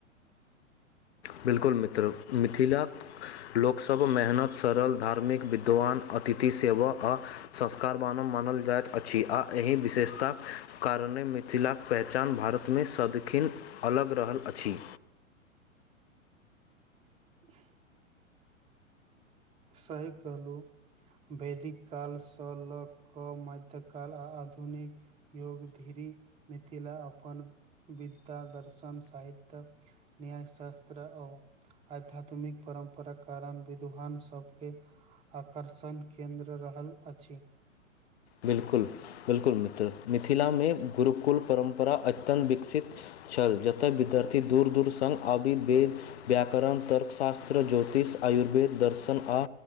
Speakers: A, on the left (about 55°); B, on the right (about 15°).
A: बिल्कुल मित्र मिथिला लोकसभ मेहनत सरल धार्मिक विद्वान अतिथि सेवा आ संस्कार बानव मानल जाइत अछि आ एहि विशेषताक कारणे मिथिलाक पहचान भारतमे सदखीन अलग रहल अछि
B: <unintelligible> सही कहलु वैदिक कालसँ लऽ कऽ मध काल आ आधुनिक युग धीरे मिथिला अपन विधा दर्शन साहित्य न्यायशास्त्र आ आध्यात्मिक परम्परा कारण विद्वानसँ सभके आकर्षण केन्द्र रहल अछि
A: बिलकुल बिलकुल मित्र मिथिलामे गुरुकुल परम्परा अत्यन्त विकसित छल जतय विद्यार्थी दूर दूर सङ्ग आबिर्वेद व्याकरण तर्कशास्त्र ज्योतिष आयुर्वेद दर्शन आ